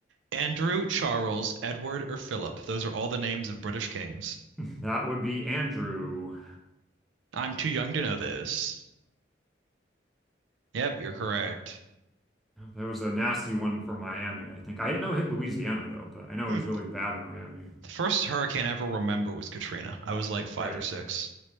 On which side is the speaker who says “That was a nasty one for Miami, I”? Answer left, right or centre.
Centre